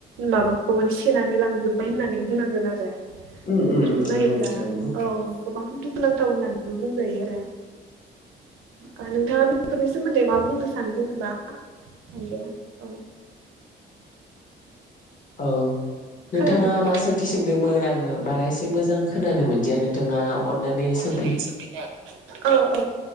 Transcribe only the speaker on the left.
उम
उम उम नंगौ
नोंथां नंगौ
औ। नोंथाङा
मा सोंथि सोंदोंमोन आङो बारा एसे मोजां खोनानो मोनदिया नोंथाङा अननानै सों